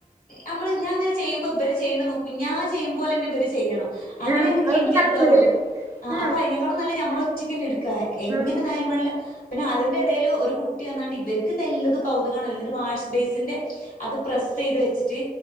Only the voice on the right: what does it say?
ആഹ് അത്പ്പോ
നടക്കൂലല്ലോ
ആഹ്
ആഹ്